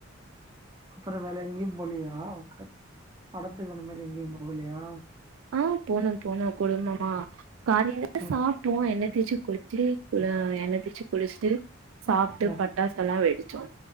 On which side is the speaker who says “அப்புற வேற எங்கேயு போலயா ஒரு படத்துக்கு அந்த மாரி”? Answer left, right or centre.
Right